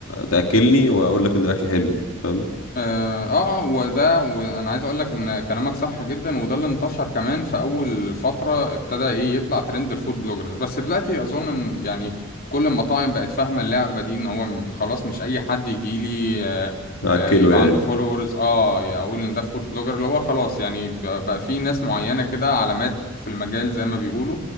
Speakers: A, on the left; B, on the left.
A: تاكلني واقول لك ان الاكل حلو فاهم
B: اه اه آه، وده وانا عايز اقول لك ان كلامك صح جدا وده اللي انتشر كمان في اول فترة ابتدى ايه يطلع ترند الفود بلوجرز بس دلوقتي اظن ان يعني كل المطاعم بقت فاهمة اللعبة دي ان هو م- خلاص مش اي حد يجي لي آه
A: اكله
B: آه يبقى
A: يعني
B: عنده فولورز اه اقول ان ده فود بلوجر اللي هو خلاص يعني ب- بقى في ناس معينة كده علامات في المجال زي ما بيقولوا